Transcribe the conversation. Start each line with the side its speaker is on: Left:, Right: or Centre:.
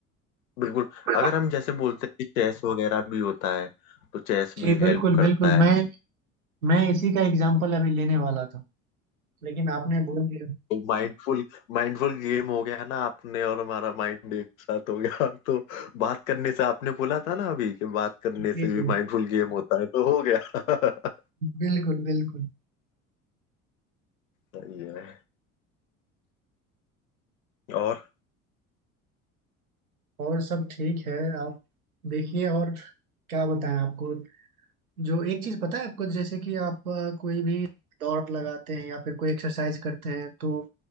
Left: बिल्कुल
Right: बिल्कुल
Left: अगर हम जैसे बोलते हैं कि चेस वगैरह भी होता है तो चेस
Right: जी
Left: भी
Right: बिल्कुल
Left: हेल्प करता
Right: बिल्कुल
Left: है
Right: मैं मैं इसी का एग्जाम्पल अभी लेने वाला था लेकिन आपने बोल दिया
Left: माइंडफुल माइंडफुल गेम हो गया ना आपने और हमारा माइंड एक साथ हो गया तो बात करने से आपने बोला था ना अभी कि बात करने
Right: जी
Left: से
Right: जी
Left: भी माइंडफुल गेम होता है तो हो गया <laughs>
Right: बिल्कुल बिल्कुल
Left: सही है और
Right: और सब ठीक है आप देखिए और क्या बताएं आपको जो एक चीज पता है आपको जैसे कि आप अ, कोई भी दौड़ लगाते हैं या फिर कोई एक्सरसाइज करते हैं तो